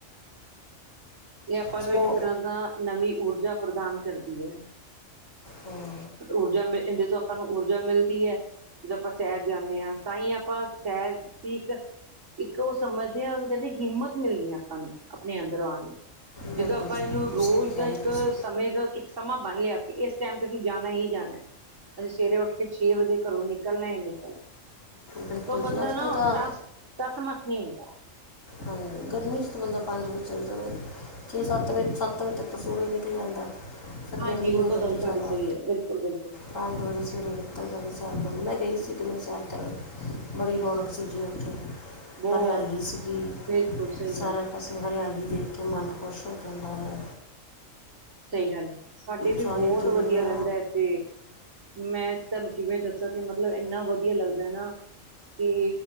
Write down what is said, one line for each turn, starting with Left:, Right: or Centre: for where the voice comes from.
Right: ਇਹ ਆਪਾਂ
Left: ਸਪੋ
Right: ਨੂੰ, ਇੱਕ ਤਰ੍ਹਾਂ ਦਾ ਨਵੀਂ ਊਰਜਾ, ਪ੍ਰਦਾਨ ਕਰਦੀ ਐ
Left: ਹੋਰ
Right: ਊਰਜਾ, ਮ ਇਹਦੇ ਤੋਂ ਆਪਾਂ ਨੂੰ ਊਰਜਾ ਮਿਲਦੀ ਐ ਜਦੋਂ ਆਪਾਂ ਸੈਰ ਜਾਂਦੇ ਹਾਂ, ਤਾਂਹੀ ਆਪਾਂ ਸੈਰ ਠੀਕ ਇੱਕ ਉਹ ਸਮਝਦੇ ਆ, ਉਹਨੂੰ ਕਹਿੰਦੇ ਹਿੰਮਤ ਮਿਲਣੀ ਆਪਾਂ ਨੂੰ, ਆਪਣੇ ਅੰਦਰ ਆਣ
Left: ਬਿਲਕੁਲ
Right: ਜਦੋਂ ਆਪਾਂ
Left: ਜੀ
Right: ਇਹਨੂੰ,
Left: ਬਿਲਕੁਲ
Right: ਰੋਜ਼
Left: ਸਹੀ ਕਹਿ
Right: ਦਾ
Left: ਰਹੇ
Right: ਇੱਕ
Left: ਹੋ ਤੁਸੀਂ
Right: ਸਮੇਂ ਦਾ ਇੱਕ ਸਮਾਂ ਬਣ ਲਿਆ ਕਿ, ਇਸ ਟਾਈਮ ਤੇ ਅਸੀਂ ਜਾਣਾ ਹੀ ਜਾਣਾ ਅਜ ਸਵੇਰੇ ਉੱਠ ਕੇ, ਛੇ ਵਜੇ ਘਰੋਂ ਨਿਕਲਣਾ ਹੀ ਨਿਕਲਣਾ
Left: ਬਿਲਕੁਲ
Right: ਤੇ ਬੰਦਾ
Left: ਜੀ ਅੱਜ
Right: ਨਾ
Left: ਕੱਲ੍ਹ ਤਾਂ
Right: ਟਸ, ਟਸ -ਮਸ ਨਹੀਂ ਹੁੰਦਾ
Left: ਹਾਂਜੀ, ਗਰਮੀ ਚ ਤਾਂ ਬੰਦਾ, ਪੰਜ ਵਜੇ ਚੱਲ ਜਾਵੇ ਛੇ -ਸੱਤ ਵਜੇ, ਸੱਤ ਵਜੇ ਤੱਕ ਤਾਂ ਸੂਰਜ, ਨਿਕਲਆ ਹੁੰਦਾ ਫਿਰ
Right: ਹਾਂਜੀ
Left: ਗਰਮੀ
Right: ਉਹ
Left: ਹੋ
Right: ਤਾਂ
Left: ਜਾਂਦੀ,
Right: ਗੱਲ ਤੁਹਾਡੀ
Left: ਜ਼ਿਆਦਾ
Right: ਸਹੀ ਹੈ ਬਿਲਕੁਲ ਬਿਲਕੁਲ
Left: ਪੰਜ ਵਜੇ ਸਵੇਰੇ ਤੇ ਸੈਰ ਮੈਂ ਗਈ ਸੀ, ਇੱਕ ਦਿਨ ਸੈਰ ਕਰਨ, ਬੜੀ ਰੌਣਕ ਸੀ ਜੀ ਉੱਥੇ
Right: ਬਹੁਤ
Left: ਹਰਿਆਲੀ ਸੀਗੀ
Right: ਬਿਲਕੁਲ ਸਹੀ
Left: ਸਾਰਾ
Right: ਗੱਲ
Left: ਪਾਸੇ ਹਰਿਆਲੀ ਦੇਖ ਕੇ ਮਨ ਖੁਸ਼ ਹੋ ਜਾਂਦਾ ਵਾ।
Right: ਸਹੀ ਗੱਲ ਏ, ਸਾਡੇ ਵੀ
Left: ਸਾਰੀ
Right: ਬੌਤ
Left: ਦੁਨੀਆ
Right: ਵਧੀਆ ਰਹਿੰਦਾ ਇੱਥੇ ਮੈਂ ਤੁਹਾਨੂੰ ਕਿਵੇਂ ਦੱਸਾਂ ਕਿ ਮਤਲਬ ਇੰਨਾ ਵਧੀਆ ਲੱਗਦਾ ਨਾ ਕੀ